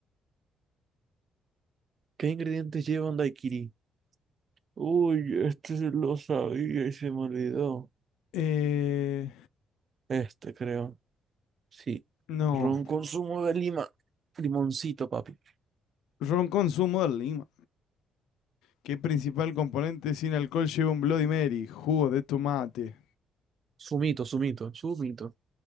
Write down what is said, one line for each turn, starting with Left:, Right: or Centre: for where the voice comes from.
Right: ¿Qué ingredientes llevan daiquiri? Uy, este sí lo sabía y se me olvidó.
Left: eh,
Right: Este creo. Sí.
Left: no.
Right: Ron con zumo de lima. Limoncito, papi.
Left: Ron con zumo de lima. ¿Qué principal componente sin alcohol lleva un Bloody Mary? Jugo de tomate.
Right: Sumito, sumito, sumito.